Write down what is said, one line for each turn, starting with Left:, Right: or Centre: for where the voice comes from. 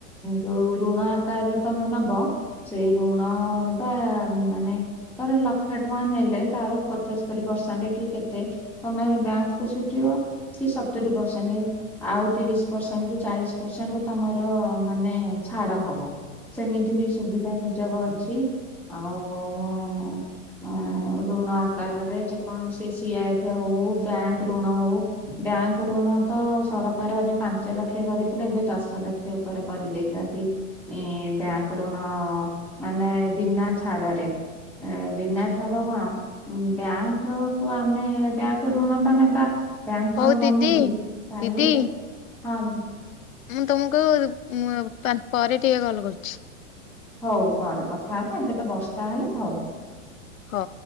Centre: ଯୋଉ ଋଣ ଆକାରରେ ତମେ ନବ ସେଇ ଋଣ ତ ମାନେ ଧର ଲକ୍ଷେ ଟଙ୍କା ନେଲେ ତାର ପଞ୍ଚସ୍ତରୀ ପରସେଣ୍ଟ କି କେତେ ତମେ ବ୍ୟାଙ୍କ କ ସୁଝିବ କି ସତରୀ ପରସେଣ୍ଟ ଆଉ ତିରିଶ ପରସେଣ୍ଟ କି ଚାଳିଶ ପରସେଣ୍ଟ ତମର ମାନେ ଛାଡ ହବ। ସେମିତି ବି ସୁବିଧା ସୁଯୋଗ ଅଛି। ଆଉ ୠଣ ସକାରରେ ଯେକୌଣସି ସିଆଇ ହଉ ବ୍ୟାଙ୍କ ଋଣ ହଉ ବ୍ୟାଙ୍କ ଋଣ ତ ସରକାର ଏବେ ପାଞ୍ଚ ଲକ୍ଷ କରିଥିଲେ ଏବେ ଦଶ ଲକ୍ଷ ସେ ଉପରେ କରିଦେଇଥାନ୍ତି। ଏ ବ୍ୟାଙ୍କରଋଣ ମାନେ ବିନା ଛାଡରେ ଆଃ ବିନା ଛାଡ କଣ? ବ୍ୟାଙ୍କ କୁ ଆମେ ବ୍ୟାଙ୍କ ଋଣ ଟା ନେବା ବ୍ୟାଙ୍କ
Left: ହଉ
Centre: କଣ
Left: ଦିଦି
Centre: ଗମେଟ କି
Left: ଦିଦି
Centre: ହଁ
Left: ମୁଁ ତମକୁ ଉଁ ପା ପରେ ଟିକେ କଲ କରୁଛି
Centre: ହଉ କରେ କଥା ହେବା ଏବେ ତ ବର୍ଷା ହେଲେ ହଉ।
Left: ହଁ।